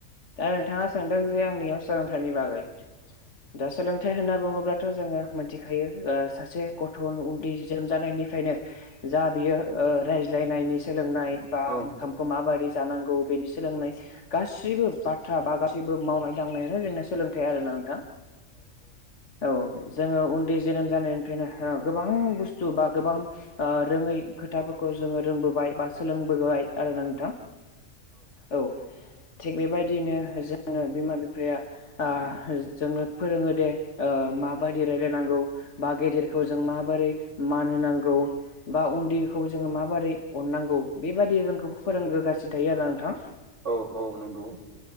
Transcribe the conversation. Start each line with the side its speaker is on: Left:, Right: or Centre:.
Left: दा नोंथाङा सोंदों जे आंनियाव सोलोंथाइनि बागै दा सोलोंथाइ होनना बुङोब्लाथ' जोङो मिथिखायो ओ सासे गथ' उन्दै जोनोम जानायनिफ्रायनो जा बियो ओ रायज्लायनायनि सोलोंनाय बा
Right: औ
Left: ओंखामखौ माबायदि जानांगौ बेनि सोलोंनाय गासिबो बाथ्रा बा गासिबो मावनाय दांनायानो जों सोलोंथाइ आरोना नोंथां औ जोङो उन्दै जोनोम जानायनिफ्रायनो गोबां बुस्थु बा गोबां ओ रोङै खोथाफोरखौ जोङो रोंबोबाय बा सोलोंबोबाय आरोना नोंथां औ थिग बेबायदिनो जों बिमा बिफाया ओ जोंनो फोरोङो दे ओ माबायदि रायलायनांगौ बा गेदेरखौ जों माबोरै मान होनांगौ बा उन्दैखौ जोङो माबोरै अननांगौ बेबादि जोंखौ फोरोंबोगासिनो थायो आरो ना नोंथां
Right: औ औ नंगौ